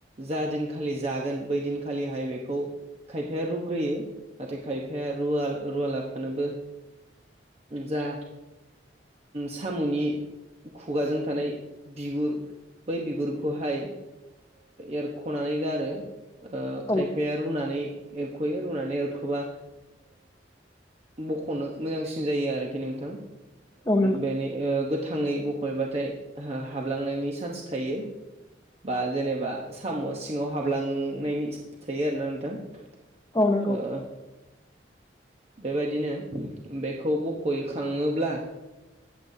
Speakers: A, on the right; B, on the left.
A: जा दिनखालि जागोन बै दिनखालिहाय बेखौ खायफाया रुग्रोयो नाथाय खायफाया रुव रुवाला फानोबो जा साम'नि खुगाजों थानाय बिगुर बै बिगुरखौहाय एरख'नानै गारो
B: औ
A: खायफाया रुनानै एरख'यो रुनानै एरखोबा बख'नो मोजांसिन जायो आरोखि नोंथां
B: औ नंगौ
A: बेनि थाङै बख'बाथाय हाबलांनायनि चान्स थायो बा जेनेबा साम' सिङाव हाबलांनायनि थायो आरोना नोंथां।
B: औ नंगौ
A: ओ बेबायदिनो बेखौ बख'यखाङोब्ला